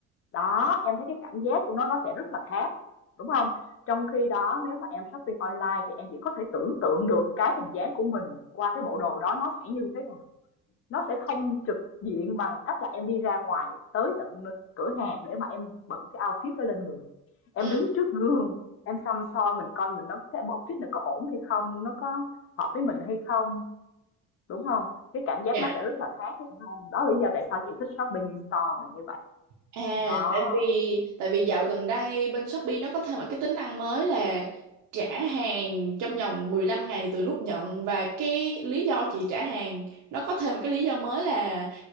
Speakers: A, on the left; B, on the right.
A: đó em thấy cái cảm giác của nó nó sẽ rất là khác đúng không trong khi đó nếu mà em shopping online thì em chỉ có thể tưởng tượng được cái hình dáng của mình qua cái bộ đồ đó nó sẽ như thế nào nó sẽ không trực diện bằng cách là em đi ra ngoài tới tận cửa hàng để mà em bận cái outfit đó lên người em
B: Ừ,
A: đứng trước gương em xăm soi mình coi mình nó cái outfit này có ổn hay không nó có hợp với mình hay không đúng không cái cảm giác
B: Dạ.
A: nó sẽ rất là khác đúng không? đó là lý do tại sao chị thích shopping in store là như vậy
B: À,
A: đó
B: tại vì tại vì dạo gần đây bên Shopee nó có thêm một cái tính năng mới là trả hàng trong vòng 15 ngày từ lúc nhận và cái lý do chị trả hàng nó có thêm một cái lý do mới là